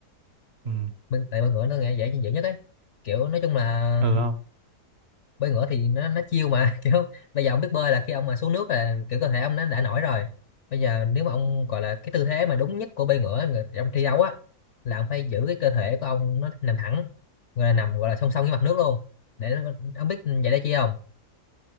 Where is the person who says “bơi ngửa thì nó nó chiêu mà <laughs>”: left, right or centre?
Left